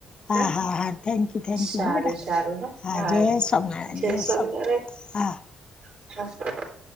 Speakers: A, on the left; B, on the right.
A: હા
B: હે
A: હા હા થેન્ક યુ થેન્ક યુ
B: સારું
A: હો બેટા
B: સારું હહ હા
A: જય સોમનારાયણ
B: જય સ્વામિનારાયણ.
A: સોમ હા
B: હહ